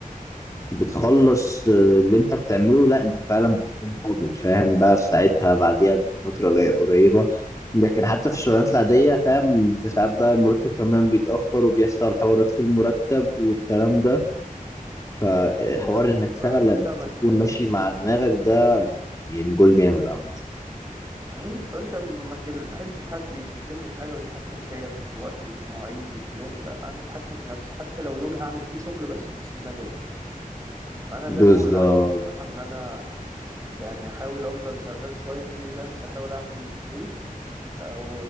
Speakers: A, on the left; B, on the right.
A: بتخلص اللي انت بتعمله لا انت فعلا بتلاقي مقابل فاهم بقى في ساعتها بعديها بفتره قليلة- قريبه لكن حتى في الشغلانات العاديه فاهم انت ساعات بقى المرتب كمان بيتاخر وبيحصل حوارات في المرتب والكلام ده فحوار
B: بالظبط
A: انك فعلا
B: فانت ما
A: تكون
B: ت-
A: ماشي مع دماغك ده يعني جول جامد عامة
B: امم فانت ما تل- ما احبش حد يلزمني في حاجه ويتحكم فيا في وقتي وفي مواعيدي وفي يومي لا انا اتحكم في نفسي حتى لو يومي هعمل فيه شغل بس بس بمزاجي فانا
A: بالظبط
B: ده جول عندي الصراحه ان انا يعني احاول افضل شغال شويه فريلانس احاول اعمل فلوس او